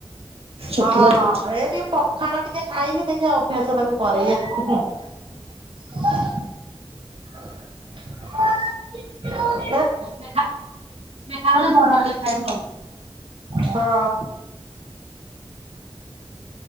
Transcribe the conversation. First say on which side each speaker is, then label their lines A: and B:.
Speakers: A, on the right; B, on the right.
A: ଶୁଖିଲା
B: ହଁ
A: <inaudible>
B: ଏ ଟିକେ ପଖାଳ ଟିକେ ଖାଇନି ଦେଖିବା ଅଭ୍ୟାସ ତାକୁ କରେଇବା। <inaudible>
A: <inaudible> ଏବେ ଖାଉନି ବଡ ହେଲେ ଖାଇବ।
B: ହଁ।